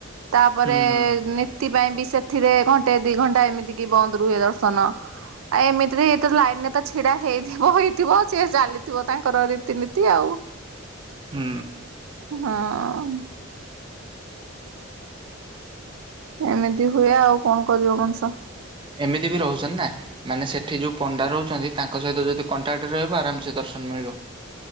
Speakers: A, on the right; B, on the right.
A: ତାପରେ
B: ହୁଁ ହୁଁ
A: ନୀତି ପାଇଁ ବି ସେଥିରେ ଘଣ୍ଟେ ଦି ଘଣ୍ଟା ଏମିତି କି ବନ୍ଦ ରୁହେ ଦର୍ଶନ। ଆ ଏମିତି ତ ଲାଇନ ରେ ତ ଛିଡା ହେଇଥିବ ହେଇଥିବ ସିଏ ଚାଲିଥିବ ତାଙ୍କର ରୀତିନୀତି। ଆଉ।
B: ହୁଁ
A: ହଁ। ଏମିତି ହୁଏ ଆଉ କଣ କରିବ ମଣିଷ।
B: ଏମିତି ବି ରହୁଛନ୍ତି ନା। ମାନେ ସେଠି ଯୋଉ ପଣ୍ଡା ରହୁଛନ୍ତି ତାଙ୍କ ସହିତ ଯଦି କଣ୍ଟାକ୍ଟ ରହିବ ଆରାମସେ ଦର୍ଶନ ମିଳିବ।